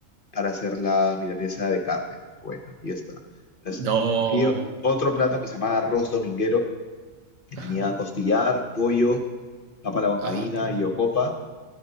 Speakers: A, on the left; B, on the right.
A: para hacer la milanesa de carne. Bueno, y ya está. Entonces,
B: No.
A: cogí otro plato que se llama arroz dominguero, que
B: Ajá.
A: tenía costillar, pollo, papa a la bancaína
B: Ah, qué bueno.
A: y ocopa,